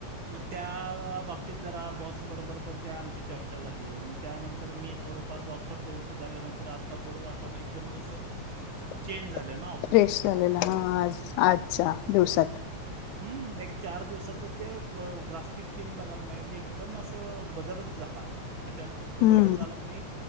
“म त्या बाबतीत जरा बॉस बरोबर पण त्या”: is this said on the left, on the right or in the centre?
Right